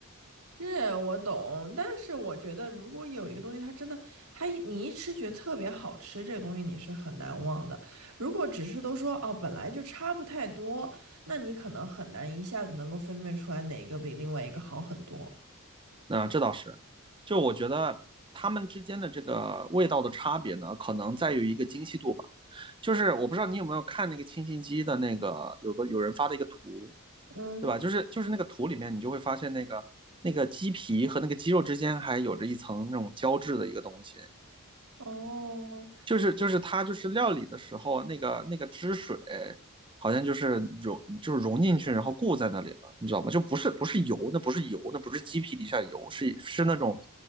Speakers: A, on the right; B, on the right.
A: 是我懂，但是我觉得如果有一个东西它真的，它一你一吃觉得特别好吃，这个东西你是很难忘的。如果只是都说哦本来就差不太多，那你可能很难一下子能够分辨出来哪个比另外一个好很多。
B: 那这倒是，就我觉得他们之间的这个味道的差别呢，可能在于一个精细度吧。就是我不知道你有没有看那个清新鸡的那个有个有人发的一个图，
A: 嗯，
B: 对吧？就是就是那个图里面，你就会发现那个那个鸡皮和那个鸡肉之间还有着一层那种胶质的一个东西，
A: 哦，
B: 就是就是它就是料理的时候那个那个汁水好像就是融就是融进去，然后固在那里了，你知道吗？就不是不是油，那不是油，那不是鸡皮底下油，是是那种